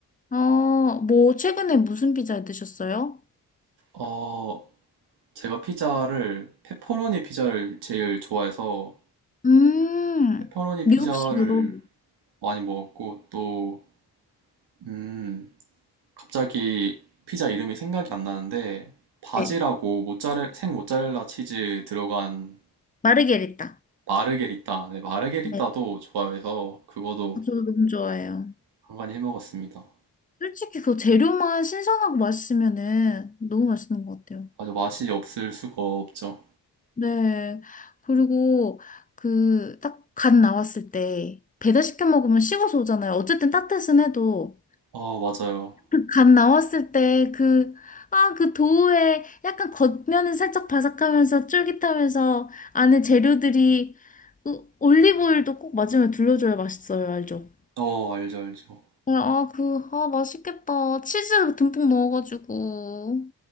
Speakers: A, on the left; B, on the right.
A: 어, 뭐, 최근에 무슨 피자 드셨어요?
B: 어, 제가 피자를 페퍼로니 피자를 제일 좋아해서
A: 음,
B: 페퍼로니
A: 미국식으로.
B: 피자를 많이 먹었고 또 음, 갑자기 피자 이름이 생각이 안 나는데 바지라고
A: 네,
B: 모짜렐 생 모짜렐라 치즈 들어간
A: 마르게리타.
B: 마르게리따 네, 마르게리따도
A: 네,
B: 좋아해서 그거도
A: 저도 너무 좋아해요.
B: 간간히 해 먹었습니다.
A: 솔직히 그 재료만 신선하고 맛있으면은 너무 맛있는 것 같아요.
B: 맞아 맛이 없을 수가 없죠.
A: 네, 그리고 그 딱 간 나왔을 때 배달시켜 먹으면 식어서 오잖아요. 어쨌든 따뜻은 해도
B: 어 맞아요.
A: 그간 나왔을 때 그, 아, 그 도우에 약간 겉면은 살짝 바삭하면서 쫄깃하면서 안에 재료들이 그 올리브오일도 꼭 마지막에 둘러줘야 맛있어요. 알죠?
B: 어 알죠 알죠.
A: 네, 아, 그, 아, 맛있겠다. 치즈 듬뿍 넣어가지고.